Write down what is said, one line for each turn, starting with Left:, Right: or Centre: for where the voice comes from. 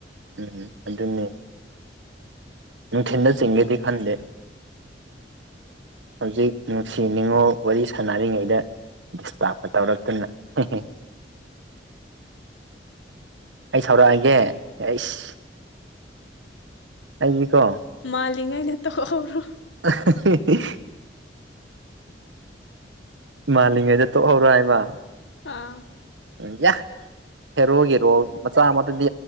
Right: ꯎꯝ ꯑꯗꯨꯅꯦ ꯅꯨꯡꯊꯤꯟꯗ ꯆꯤꯡꯒꯦꯗꯤ ꯈꯟꯗꯦ
Left: <inaudible>
Right: ꯍꯧꯖꯤꯛ ꯅꯨꯡꯁꯤ ꯅꯤꯉꯣꯜ ꯋꯥꯔꯤ ꯁꯥꯟꯅꯔꯤꯉꯩꯗ ꯗꯤꯁꯇꯥꯥꯞꯄ ꯇꯧꯔꯛꯇꯅ ꯍꯦ ꯍꯦ ꯑꯩ ꯁꯥꯎꯔꯛꯑꯒꯦ ꯑꯩꯁ ꯑꯩ ꯀꯣ
Left: ꯃꯥꯜꯂꯤꯉꯩꯗ ꯇꯣꯛꯍꯧꯔꯣ
Right: ꯑꯍ ꯍꯤ ꯍꯤ ꯃꯥꯜꯂꯤꯉꯩꯗ ꯇꯣꯛꯍꯧꯔꯣ ꯍꯥꯏꯕ
Left: ꯑꯥ
Right: ꯎꯝ ꯌꯥ ꯍꯦꯔꯣꯒꯤ ꯔꯣꯜ ꯃꯆꯥ ꯑꯃꯇꯗꯤ